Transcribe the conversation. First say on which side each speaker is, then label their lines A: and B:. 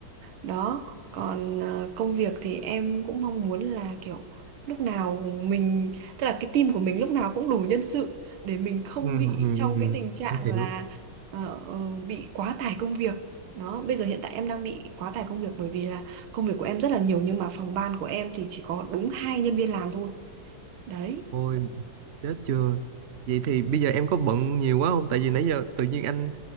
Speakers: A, on the right; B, on the right.
A: đó còn ờ, công việc thì em cũng mong muốn là kiểu lúc nào mình tức là cái team của mình lúc nào cũng đủ nhân sự để mình không
B: Ừ,
A: bị
B: ừ,
A: trong
B: ừ,
A: cái tình trạng
B: anh
A: là
B: hiểu.
A: ờ, ờ, bị quá tải công việc đó bây giờ hiện tại em đang bị quá tải công việc bởi vì là công việc của em rất là nhiều nhưng mà phòng ban của em thì chỉ có đúng hai nhân viên làm thôi đấy
B: Ôi, chết chưa vậy thì bây giờ em có bận nhiều quá không tại vì nãy giờ tự nhiên anh